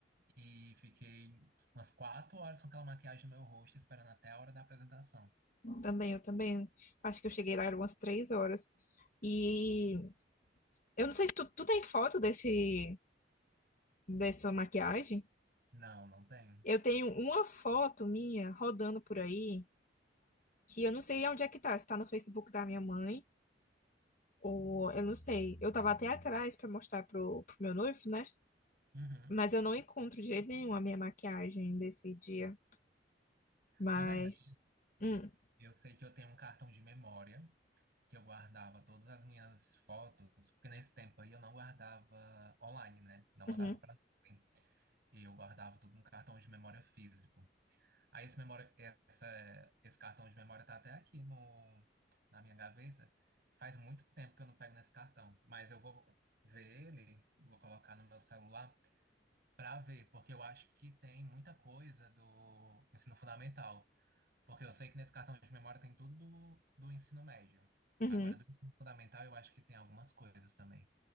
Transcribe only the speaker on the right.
e fiquei umas quatro horas com aquela maquiagem no meu rosto, esperando até a hora da apresentação.
Não, não tenho.
Uhum.
Na verdade,
eu sei que eu tenho um cartão de memória que eu guardava todas as minhas fotos, porque nesse tempo aí eu não guardava online, né? Não mandava
para nuvem. Eu guardava tudo num cartão de memória físico. Aí esse memória, essa, esse cartão de memória tá até aqui no, na minha gaveta. Faz muito tempo que eu não pego nesse cartão, mas eu vou ver ele, vou colocar no meu celular para ver, porque eu acho que tem muita coisa do ensino fundamental, porque eu sei que nesse cartão de memória tem tudo do, do ensino médio.
Agora, do ensino fundamental, eu acho que tem algumas coisas também.